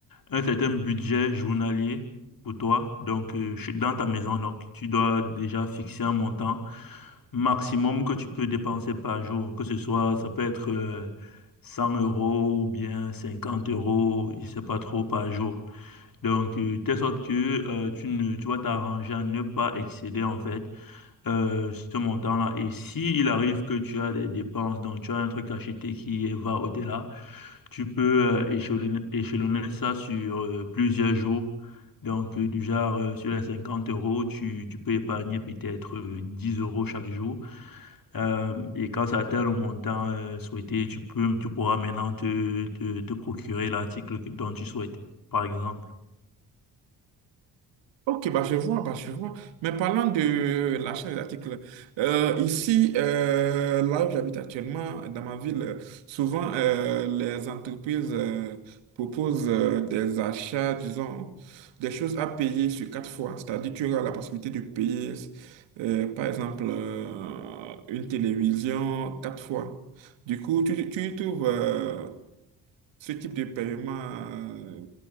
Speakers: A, on the left; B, on the right.
A: un certain budget journalier pour toi. Donc, euh, je suis dans ta maison, donc tu dois déjà fixer un montant maximum que tu peux dépenser par jour. Que ce soit, ça peut être euh, 100 euros ou bien 50 euros, je sais pas trop par jour. Donc, euh, telle sorte que euh, tu ne, tu vas t'arranger à ne pas excéder en fait euh, ce montant-là. Et si il arrive que tu as des dépenses, donc tu as un truc acheté qui va au-delà, tu peux euh, échelonner, échelonner ça sur euh, plusieurs jours. Donc, euh, du genre, euh, sur les 50 euros, tu, tu peux épargner peut-être euh, 10 euros chaque jour. Euh, et quand ça atteint le montant euh, souhaité, tu peux, tu pourras maintenant te, te te procurer l'article que- dont tu souhaites, par exemple.
B: Ok, bah je vois, bah je vois. Mais parlant de l'achat des articles, euh, ici, euh, là où j'habite actuellement, dans ma ville, euh, souvent euh, les entreprises euh, proposent euh, des achats, disons, des choses à payer sur quatre fois. C'est-à-dire tu auras la possibilité de payer, euh, par exemple, euh, une télévision quatre fois. Du coup, tu, tu y trouves euh, ce type de paiement euh,